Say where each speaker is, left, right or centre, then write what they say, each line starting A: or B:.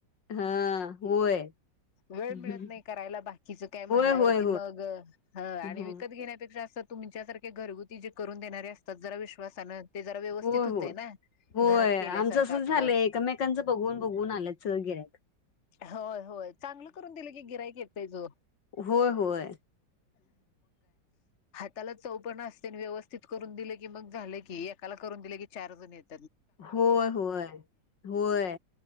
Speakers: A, on the left; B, on the left.
A: हा होय.
B: वेळ
A: होय
B: मिळत नाही करायला बाकीच काय म्हणल्यावरती
A: होय होय
B: मग ह आणि
A: हो
B: विकत घेण्यापेक्षा अस. तुमच्यासारखे घरगुती जे करून देणारे असतात जरा विश्वासानं ते जरा व्यवस्थित
A: होय
B: होतय ना
A: होय
B: घरात केल्यासारखं
A: आमचं असं
B: आपलं
A: झालंय एकमेकांचं बघून बघून आलेत गिरायक.
B: होय-होय चांगलं करून दिलं की गिरायक येतचं ओ.
A: होय होय. <inaudible>
B: त्याला चव पण असते व्यवस्थित करून दिलं की मग झालं कि एकाला करून दिले की चार जण येत.
A: होय! होय-होय